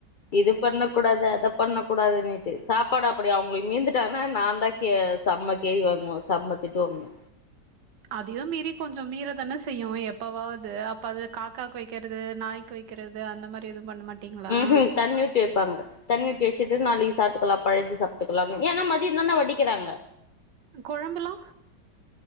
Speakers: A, on the left (about 45°); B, on the right (about 85°).
A: இது பண்ண கூடாது அத பண்ண கூடாதுன்னுட்டு சாப்பாடு அப்டி அவங்களுக்கு மீந்துட்டானா நா தா கே செம்ம கேள்வி வாங்குவ செம்மத் திட்டு வாங்குவே
B: அதையு மீறி கொஞ்சம் மீற தானே செய்யு எப்பவாவது அப்ப அத கா காக்கு வக்கிறது நாய்க்கு வக்கிறது அந்த மாரி எதுவு பண்ண மாட்டீங்களா
A: ம் ஹும் தண்ணி ஊத்தி வப்பாங்க தண்ணி ஊத்தி வச்சுட்டு நாளைக்கு சாப்ட்டுக்கலா பழையது சாப்ட்டுக்கலாம்னு ஏனா மதியம் தானே வடிக்கிறாங்க
B: கொழம்புல்லா